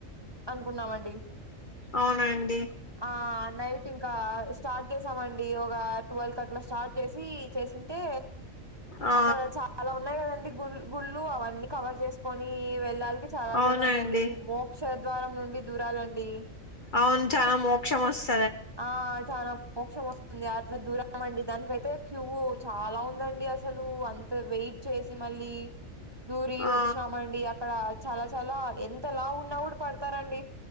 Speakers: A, on the right; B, on the left.
A: అనుకున్నామండి
B: అవునండి
A: ఆ నైట్ ఇంకా స్టార్ట్ చే స్తామండి ఒక ట్వెల్వ్ అట్లా స్టార్ట్ చేసి చేసింటే
B: ఆ
A: అక్కడ చాలా ఉన్నాయి కదండి గు గుళ్ళు అవన్నీ కవర్ చేస్ కొని వెళ్లాల్కి చాలాసేపు
B: అవునండి
A: అయిందండి మోక్ష ద్వారం నుండి దూరాలండి
B: అవును చాలా మోక్షం వస్తుంది
A: ఆ చాన మోక్షం వస్తుంది అట్లా దూరమండి దానికైతే క్యూ చాలా ఉందండి అసలు అంత వెయిట్ చేసి మళ్ళీ దూరి
B: ఆ
A: వచ్చినామండి అక్కడ చాలా చాలా ఎంత లావ్ ఉన్నా కూడా పడతారండి